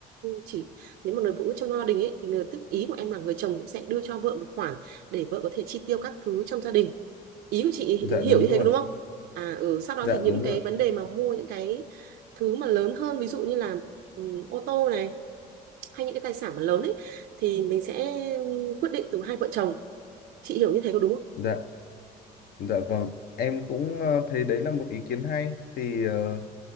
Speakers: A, on the right; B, on the left.
A: chỉ nếu mà người phụ nữ trong gia đình ấy thì người tức ý của em là người chồng cũng sẽ đưa cho vợ một khoản để vợ có thể chi tiêu các thứ trong gia đình ý của chị
B: dạ
A: hiểu
B: đúng
A: như
B: rồi
A: thế có đúng không à ừ sau đó
B: dạ
A: thì những
B: đúng
A: cái
B: rồi
A: vấn đề mà mua những cái thứ mà lớn hơn ví dụ như là ừ, ô tô này hay những cái tài sản mà lớn ấy thì mình sẽ quyết định từ hai vợ chồng chị hiểu như thế có đúng không
B: dạ Dạ vâng, em cũng ờ, thấy đấy là một ý kiến hay. Thì ờ,